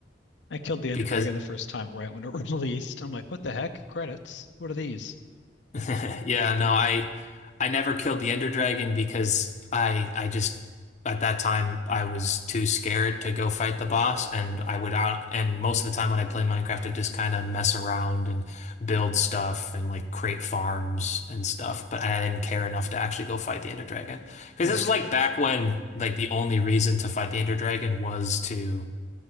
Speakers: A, on the left; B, on the left.
A: I killed the Ender
B: because
A: Dragon the first time right when it <laughs> released. I'm like, what the heck? Credits? What are these?
B: <laughs> Yeah, no, I I never killed the Ender Dragon because I I just at that time I was too scared to go fight the boss and I would out and most of the time when I play Minecraft I just kind of mess around and build stuff and like create farms and stuff but I didn't care enough to actually go fight the Ender Dragon because
A: Yeah,
B: this
A: I
B: was
A: get
B: like
A: that.
B: back when like the only reason to fight the Ender Dragon was to